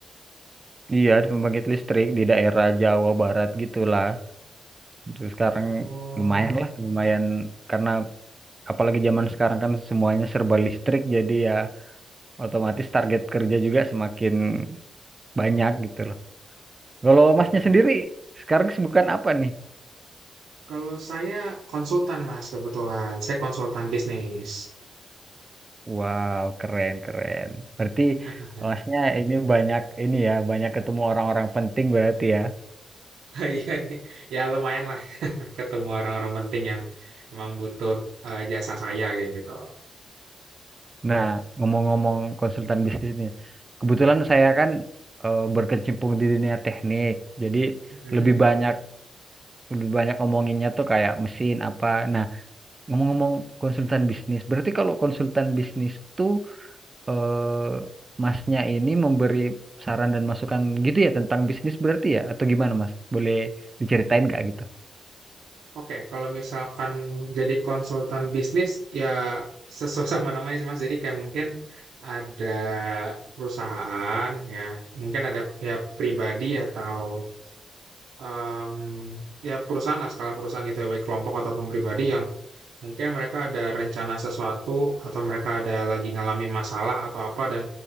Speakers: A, on the right; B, on the right.
A: Iya, di pembangkit listrik di daerah Jawa Barat gitulah. Terus sekarang
B: Oh,
A: lumayan lah, lumayan karena apalagi zaman sekarang kan semuanya serba listrik jadi ya otomatis target kerja juga semakin banyak gitu loh. Kalau
B: oh.
A: masnya sendiri sekarang kesibukan apa nih?
B: kalau saya konsultan Mas kebetulan, saya konsultan bisnis.
A: Wow, keren keren. Berarti
B: <laughs>
A: masnya ini banyak ini ya, banyak ketemu orang-orang penting berarti ya.
B: Iya nih, ya lumayan lah ketemu orang-orang penting yang memang butuh eh, jasa saya kayak gitu.
A: Nah, ngomong-ngomong konsultan bisnis nih, kebetulan saya kan eh, berkecimpung di dunia teknik, jadi
B: Mhm.
A: lebih banyak lebih banyak ngomonginnya tuh kayak mesin apa. Nah, ngomong-ngomong konsultan bisnis, berarti kalau konsultan bisnis tuh eh, masnya ini memberi saran dan masukan gitu ya tentang bisnis berarti ya atau gimana mas? Boleh diceritain nggak gitu?
B: Oke, kalau misalkan jadi konsultan bisnis ya sesuai <laughs> sama namanya sih Mas. Jadi kayak mungkin ada perusahaan ya, mungkin ada pihak pribadi atau em, ya perusahaan lah skala perusahaan gitu ya baik kelompok ataupun pribadi yang mungkin mereka ada rencana sesuatu atau mereka ada lagi ngalamin masalah atau apa dan